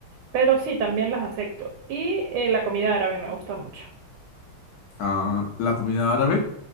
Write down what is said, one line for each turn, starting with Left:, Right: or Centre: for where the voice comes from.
Right: Pero sí, también las acepto. Y eh, la comida árabe me gusta mucho.
Left: a la comunidad árabe.